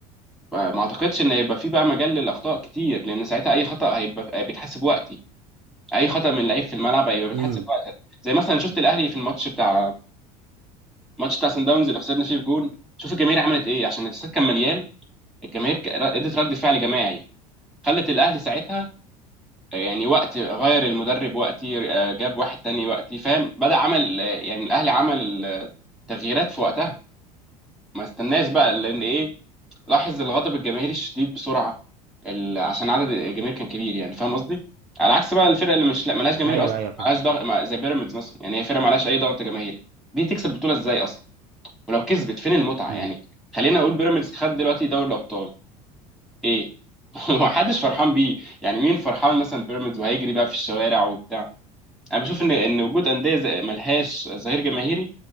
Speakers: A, in the centre; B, on the right.
A: ما اعتقدش ان هيبقى في بقى مجال للاخطاء كتير لان ساعتها اي خطا هيبقى بيتحسب وقتي اي خطا من لعيب في الملعب هيبقى بيتحسب
B: امم
A: وقتها زي مثلا شفت الاهلي في الماتش بتاع الماتش بتاع سان داونز اللي خسرنا فيه بجون شوف الجماهير عملت ايه عشان الاستاد كان مليان الجماهير ك- ادت رد فعل جماعي خلت الاهلي ساعتها آه، يعني وقت غير المدرب وقتي آه، جاب واحد تاني وقتي فاهم بدأ عمل آه، يعني الاهلي عمل التغييرات في وقتها ما استناش بقى لان ايه لاحظ الغضب الجماهيري الشديد بسرعه ال- عشان عدد الجماهير كان كبير يعني فاهم قصدي على عكس بقى الفرق اللي مش لا ملهاش جماهير
B: ايوه
A: اصلا
B: ايوه فعلا
A: ملهاش ضغط ما- زي بيراميدز مثلا يعني هي فرقه ملهاش اي ضغط جماهيري دي تكسب بطوله ازاي اصلا ولو كسبت فين المتعه
B: امم
A: يعني خلينا اقول بيراميدز خد دلوقتي دوري الابطال ايه <laughs> هو محدش فرحان بيه يعني مين فرحان مثلا بيراميدز وهيجري بقى في الشوارع وبتاع انا بشوف ان ان وجود انديه زي- ملهاش ظهير جماهيري